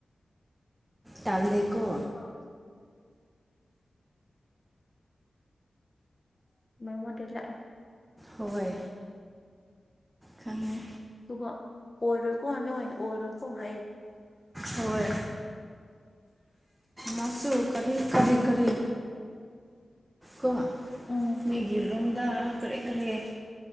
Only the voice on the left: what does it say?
꯭ꯔꯥꯎ ꯃꯃꯗ ꯂ
ꯇꯨꯡ ꯑꯣꯔ ꯀꯣꯅꯣꯏ ꯑꯣꯔ ꯀꯣ ꯍꯥꯏ
ꯎꯝ